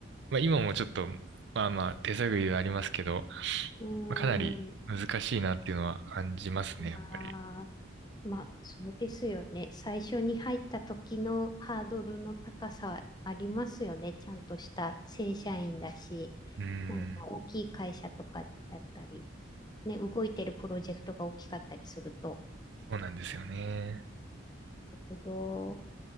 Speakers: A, on the right (about 60°); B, on the left (about 20°).
A: まあ今もちょっと、まあまあ手探りではありますけど、
B: うーん。
A: まあ、かなり難しいなっていうのは感じますね、
B: ああ、
A: やっぱり。
B: まあ、そうですよね。最初に入った時のハードルの高さありますよね。ちゃんとした正社員だし、
A: うーん、
B: なんか大きい会社とかだったり、ね、動いてるプロジェクトが大きかったりすると。
A: そうなんですよね。
B: るほど。